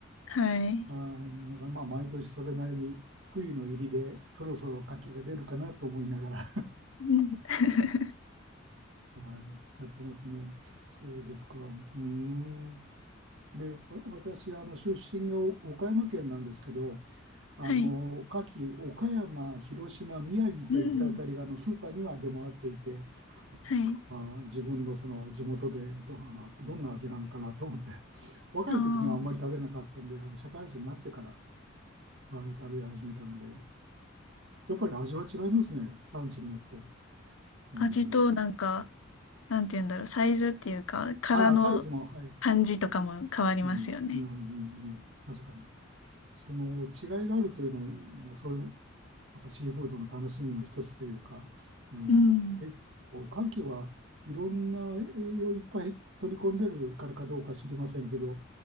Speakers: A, on the left; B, on the right.
A: <laughs> はい。
B: あー、だからまあ毎年それなりに冬の入りでそろそろ牡蠣が出るかなと思いながら、<laughs>
A: うん <laughs>
B: はい、やってますね。そうですか。うーん。で、わ私、あの出身がお岡山県なんですけど、あの牡蠣、
A: はい。
B: 岡山、広島、宮城といったあたりがあのスーパーには出回っていて、
A: うん。はい。
B: まあー、自分のその地元でど、どんな味なのかなと思って、<laughs> 若い時にはあんまり食べなかったんで、
A: あ
B: あの社会人になってから、はい、食べ始めたので。やっぱり味は違いますね。産地によって。うん。
A: あ、味となんか、なんて言うんだろう、サイズっていうか、殻の
B: ああ、サイズも、はい。
A: 感じとかも変わりますよね。
B: うん。うん、うん、うん。確かに。その違いがあるというのも、そういう、やっぱシーフードの楽しみの一つというか、うん、
A: うん。
B: 結構、牡蠣はいろんな栄養をいっぱい取り込んでるからかどうか知りませんけど、